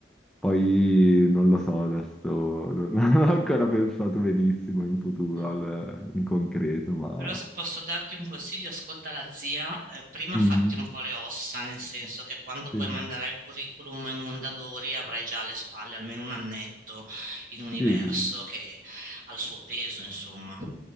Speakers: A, in the centre; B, on the right.
A: poi non lo so adesso, non <laughs> non ho ancora pensato benissimo in futuro,
B: Mm.
A: al- in concreto, ma...
B: Però se posso darti un consiglio, ascolta la zia, eh, prima
A: Mm,
B: fatti un po' le ossa, nel senso che quando
A: sì,
B: poi manderai il curriculum ai Mondadori avrai già alle spalle almeno un annetto in universo
A: sì, sì,
B: che ha il suo peso, insomma.